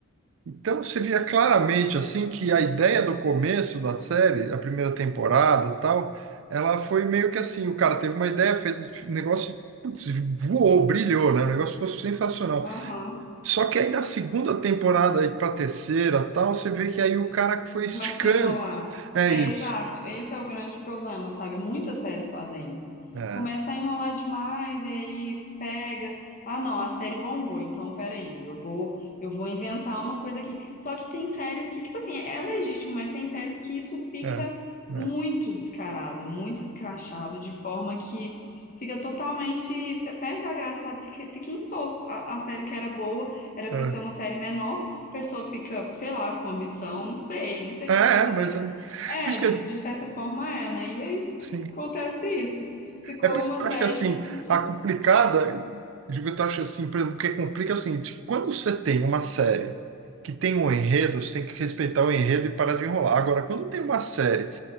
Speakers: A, on the right (about 65°); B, on the left (about 40°).
A: Então, você via claramente, assim, que a ideia do começo da série, a primeira temporada e tal, ela foi meio que assim, o cara teve uma ideia, fez um negócio, putz, voou, brilhou, né? O negócio ficou sensacional.
B: Aham.
A: Só que aí na segunda temporada, aí pra terceira tal, você vê que aí o cara foi esticando.
B: Começa a enrolar.
A: É
B: É
A: isso.
B: exato, esse é o grande problema, sabe? Muitas séries fazem isso.
A: É,
B: Começa a enrolar demais e aí pega. Ah, não, a série bombou, então peraí, eu vou, eu vou inventar uma coisa aqui. Só que tem séries que, tipo assim, é legítimo, mas tem séries que isso fica
A: é,
B: muito
A: é,
B: descarado, muito escrachado, de forma que fica totalmente, perde a graça, sabe? Fica, fica insosso. A, a série que era boa era
A: é,
B: pra ser uma série menor pessoa fica, sei lá, com ambição, não sei, não sei
A: É,
B: o que que acontece.
A: é, mas é,
B: É,
A: por isso
B: de,
A: que,
B: de certa forma é, né? E aí
A: assim,
B: acontece isso. Ficou
A: é por isso
B: uma
A: que eu acho
B: série
A: que, assim,
B: insossa.
A: a complicada, eu digo, eu acho assim, por exemplo, o que complica é o seguinte, quando você tem uma série que tem um enredo, você tem que respeitar o enredo e parar de enrolar. Agora, quando tem uma série